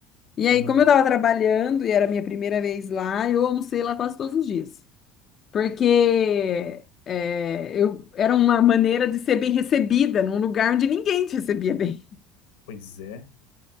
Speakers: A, on the left; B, on the left.
A: E
B: Aham.
A: aí, como eu estava trabalhando e era a minha primeira vez lá, eu almocei lá quase todos os dias. Porque é, eu, era uma maneira de ser bem recebida num lugar onde ninguém te recebia bem.
B: Pois é.